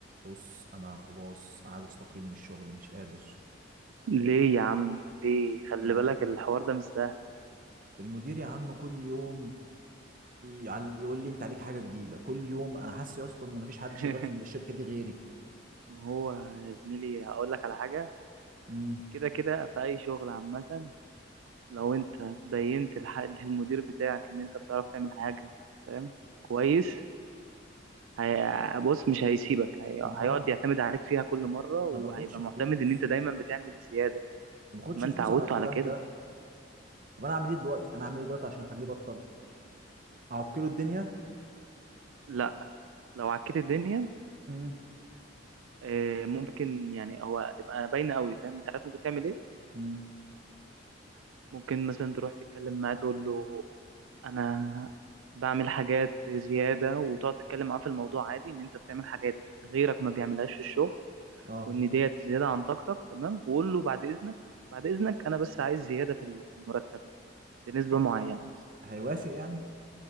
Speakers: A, on the right (about 40°); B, on the right (about 80°).
A: بص انا خلاص عايز استقيل من الشغل مش قادر
B: ليه يا عم ليه خلي
A: يعني
B: بالك الحوار ده مش سهل
A: المدير يا عم كل يوم يعل- يقول لي انت عليك حاجه جديده كل يوم انا حاسس يا اسطى ان مفيش حد
B: <laughs>
A: شغال في الشركه دي غيري
B: ما هو يا زميلي هقول لك على حاجة
A: امم
B: كده كده في أي شغل عامة لو أنت بينت الح- للمدير بتاعك إن أنت بتعرف تعمل حاجة فاهم كويس هي-
A: طب
B: بص مش هيسيبك هي-
A: طب
B: هيقعد
A: ما انا
B: يعتمد عليك فيها كل مرة وهيبقى
A: ما باخدش فلوس
B: معتمد إن أنت دايما بتعمل زيادة
A: ما باخدش
B: ما أنت
A: فلوس
B: عودته
A: على الكلام
B: على كده
A: ده طب انا اعمل ايه دلوقتي انا اعمل ايه دلوقتي عشان اخليه يبطل اعكله الدنيا
B: لا لو عكيت الدنيا
A: امم
B: آه، ممكن يعني هو تبقى باينة قوي فاهم أنت عارف ممكن تعمل إيه
A: امم
B: ممكن مثلا تروح تتكلم معاه تقول له انا بعمل حاجات زيادة وتقعد تتكلم معاه في الموضوع عادي ان انت بتعمل حاجات غيرك ما بيعملهاش في الشغل
A: اه
B: وان ديت زيادة عن طاقتك تمام وقول له بعد اذنك بعد اذنك انا بس عايز زيادة في المرتب يعني بنسبة معينة بس
A: هيوافق يعني